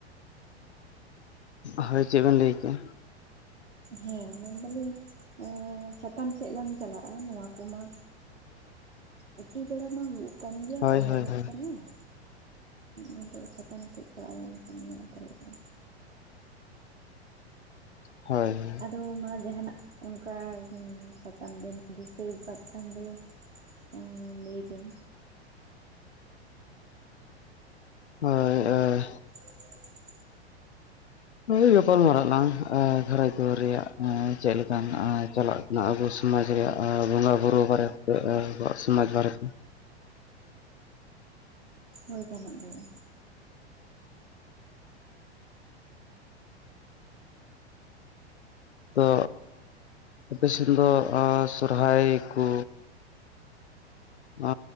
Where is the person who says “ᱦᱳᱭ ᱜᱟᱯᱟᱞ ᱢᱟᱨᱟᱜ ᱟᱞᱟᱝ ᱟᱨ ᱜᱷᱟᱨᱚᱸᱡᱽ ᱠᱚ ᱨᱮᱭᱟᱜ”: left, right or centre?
Left